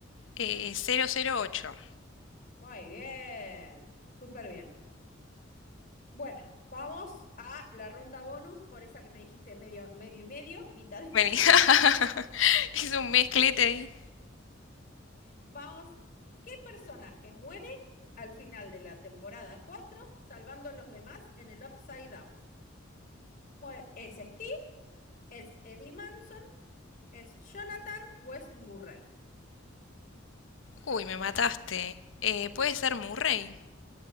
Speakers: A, on the left; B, on the left.
A: Eh, cero cero ocho
B: Muy bien, súper bien. Bueno, vamos a la ronda bonus, por esa que me dijiste medio, medio y medio, mitad y mitad.
A: Vení.
B: <laughs>
A: <laughs> Hice un mezclete ahí.
B: Vamos, ¿qué personaje muere al final de la temporada 4 salvando a los demás en el Upside Down? Bueno, ¿es Steve? ¿Es Eddie Manson. ¿Es Jonathan o es Murray?
A: Uy, me mataste. Eh, puede ser Murray.